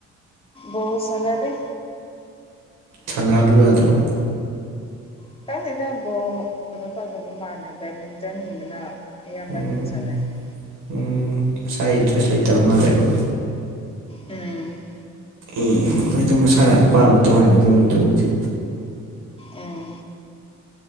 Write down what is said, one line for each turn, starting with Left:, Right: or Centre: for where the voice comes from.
Left: ꯕꯣꯜ ꯁꯟꯅꯗꯦ
Right: ꯁꯥꯟꯅꯍꯜꯂꯨ ꯌꯥꯗ꯭ꯔꯣ
Left: <unintelligible>
Right: ꯎꯝ ꯎꯝ ꯃꯁꯥꯒꯤ ꯏꯟꯇꯔꯦꯁ ꯂꯩꯇꯕ ꯃꯥꯜꯂꯦꯕ
Left: ꯎꯝ
Right: ꯎꯝ ꯍꯣꯏꯗ ꯃꯁꯥꯅ ꯑꯄꯥꯝꯕ ꯇꯧꯍꯟꯒꯗꯕꯅꯤꯗ ꯑꯗꯨꯕꯨꯗꯤ
Left: ꯎꯝ